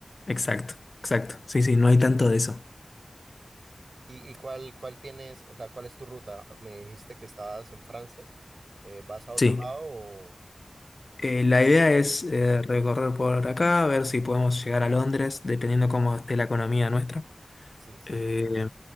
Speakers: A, on the left; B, on the right.
A: Exacto, exacto. Sí, sí, no hay tanto de eso.
B: ¿Y, y cuál, cuál tienes, o sea, cuál es tu ruta? Me dijiste que estabas en Francia. Eh, ¿vas a otro
A: Sí.
B: lado o...?
A: Eh, la idea es eh, recorrer por acá, ver si podemos llegar a Londres, dependiendo cómo esté la economía nuestra.
B: Sí, sí.
A: Eh,